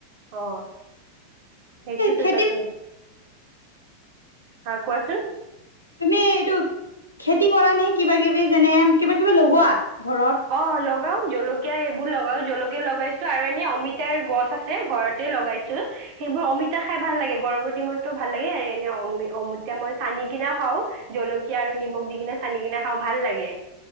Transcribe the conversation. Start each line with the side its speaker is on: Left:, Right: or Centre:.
Right: অ'। সেইটোটো
Left: খেতি
Right: তাকে। হয় কোৱাচোন।
Left: তুমি এইটো খেতি কৰা নে কিবা-কিবি যেনে, কিবা কিবি লগোৱা? ঘৰত
Right: অ লগাও জলকীয়া এইবোৰ লগাও। জলকীয়া লগাইছো আৰু এনে অমিতাৰ গছ আছে ঘৰতে লগাইছো সেইবোৰ অমিতা খাই ভাল লাগে গৰমৰ দিনতো ভাল লাগে আৰু এনে অম অমিতা মই চানি কিনা খাও জলকীয়া আৰু নিমখ দি কিনে চানি কিনা খাওঁ ভাল লাগে